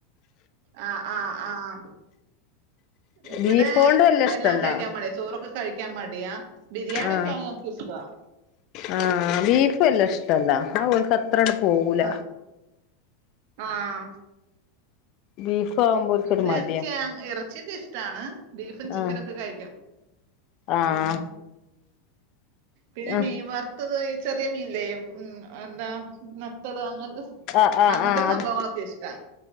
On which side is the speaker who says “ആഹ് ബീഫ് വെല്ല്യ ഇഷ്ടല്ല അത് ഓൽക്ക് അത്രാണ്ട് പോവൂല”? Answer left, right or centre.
Left